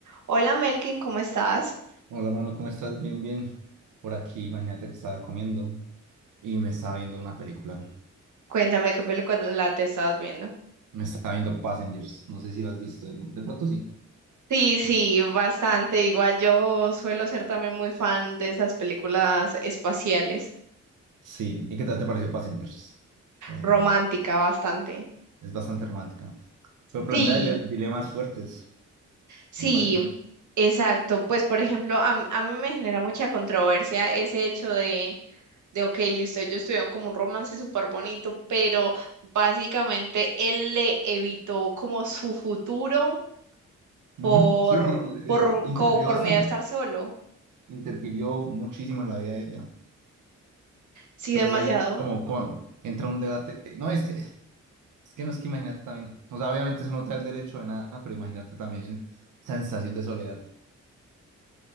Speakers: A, on the right; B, on the right.
A: Hola Melkin, ¿cómo estás?
B: Hola, mano, ¿cómo estás? Bien, bien. Por aquí, imagínate que estaba comiendo y me estaba viendo una película.
A: Cuéntame qué película te estabas viendo.
B: Me estaba viendo Passengers. No sé si lo has visto. De, de pronto sí.
A: Sí, sí, bastante. Igual yo suelo ser también muy fan de esas películas espaciales,
B: Sí. ¿Y qué tal te pareció Passengers? Por ejemplo.
A: romántica bastante.
B: Es bastante romántica. Pero plantea
A: Sí,
B: dile- dilemas fuertes,
A: sí,
B: me parece.
A: exacto. Pues por ejemplo, a, m- a mí me genera mucha controversia ese hecho de, de, ok, listo, ellos tuvieron como un romance súper bonito, pero básicamente él le evitó como su futuro
B: Ujú.
A: por,
B: Sí, sí, es-
A: por,
B: interfirió
A: como por
B: bastante.
A: miedo a estar solo.
B: Interfirió muchísimo en la vida de ella.
A: Sí,
B: Entonces
A: demasiado.
B: ahí como, como entra un debate. No, es que Es que no es que imagínate también. O sea, obviamente eso no te da el derecho de nada, pero imagínate también esa sensación de soledad.